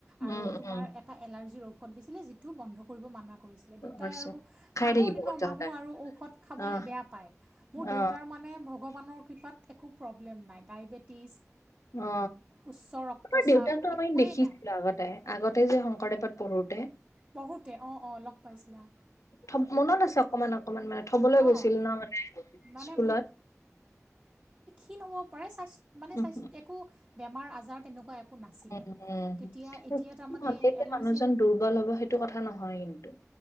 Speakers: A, on the right; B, on the left.
A: আৰু
B: উম
A: তোমাৰ
B: উম
A: এটা এলাৰ্জিৰ ঔষধ দিছিলে যিটো। টো বন্ধ কৰিব মানা কৰিছে। দেউতাই
B: হৈছে
A: আৰু
B: খাই
A: আগৰ
B: থাকিব
A: দিনৰ
B: কৈছে
A: মানুহ
B: সদায়
A: আৰু ঔষধ খাবলৈ
B: অহ
A: বেয়া পায় মোৰ দেউতাৰ
B: অ
A: মান। মানে ভগৱানৰ কৃপাত একো প্ৰব্লেম নাই। ডায়েবেটিছ
B: অ
A: উচ্চ অ ৰক্তচাপ
B: তোমাৰ দেউতাকতো আমি
A: একোৱেই
B: দেখিছিলো
A: নাই।
B: আগতে আগতে যে শংকৰদেৱত পঢ়োতে।
A: পঢ়োতে অ অ লগ পাইছিলা।
B: ঠম মনত আছক। অকমান অকমান মানে থবলৈ গৈছিল
A: অঁ
B: ন মানে
A: মানে
B: স্কুলত।
A: ক্ষীন হ'ব পাৰে স্বাস্থ মানে
B: উম
A: স্বাস্থ্য একো বেমাৰ আজাৰ তেনেকুৱা। একো নাছিলে
B: উ উম
A: তেতিয়া
B: ক্ষীন
A: এতিয়া তাৰমানে
B: হ'লেই যে
A: এলাৰ্জিৰ
B: মানুহজন দুৰ্বল হব সেইটো কথা নহয় কিন্তু।